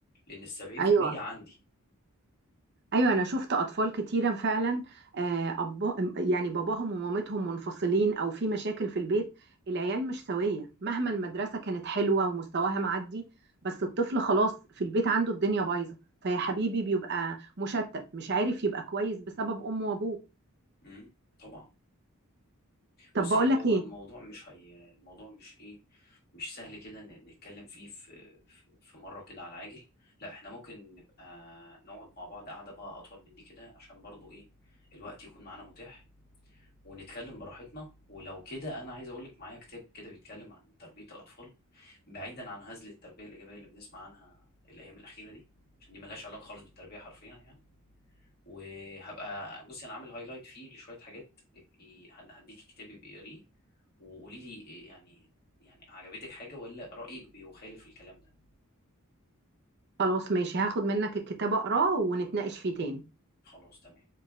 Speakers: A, on the left (about 45°); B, on the right (about 50°).
A: لان ال 70%
B: ايوه
A: عندي
B: ايوه انا شفت اطفال كتيره فعلا آه، أب... يعني باباهم ومامتهم منفصلين او في مشاكل في البيت العيال مش سويه مهما المدرسه كانت حلوه ومستواها معدي بس الطفل خلاص في البيت عنده الدنيا بايظه فيا حبيبي بيبقى مشتت مش عارف يبقى كويس بسبب امه وابوه
A: مم. طبعا
B: طب
A: بصي
B: بقول
A: هو
B: لك ايه
A: الموضوع مش هي الموضوع مش ايه مش سهل كده إن- نتكلم فيه في في في مره كده على العاجل لا احنا ممكن نبقى نقعد مع بعض قعده بقى اطول من دي كده عشان برضو ايه الوقت يكون معانا متاح ونتكلم براحتنا ولو كده انا عايز اقول لك معايا كتاب كده بيتكلم عن تربيه الاطفال بعيدا عن هزل التربيه الايجابيه اللي بنسمع عنها الايام الاخيره دي عشان دي ملهاش علاقه خالص بالتربيه حرفيا يعني وهبقى بصي انا عامل هايلايت فيه لشويه حاجات ابقي هديكي كتابي بيقريه وقولي لي إيه يعني يعني عجبتك حاجه ولا رايك بيخالف الكلام ده
B: خلاص ماشي هاخد منك الكتاب اقراه ونتناقش فيه تاني
A: خلاص تمام